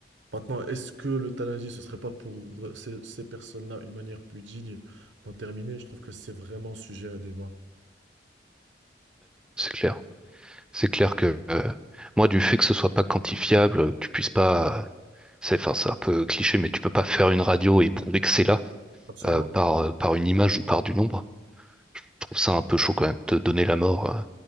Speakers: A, on the right (about 80°); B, in the centre.
A: Maintenant, est-ce que l'euthanasie, ce serait pas pour euh, ces, ces personnes-là une manière plus digne d'en terminer? Je trouve que c'est vraiment sujet à débat.
B: c'est clair. C'est clair que euh, moi du fait que ce soit pas quantifiable, que tu puisses pas C'est, enfin, c'est un peu cliché, mais tu peux pas faire une radio et prouver que c'est là
A: Absolument.
B: euh, par, euh, par une image ou par du nombre. Je trouve ça un peu chaud quand même, de donner la mort euh,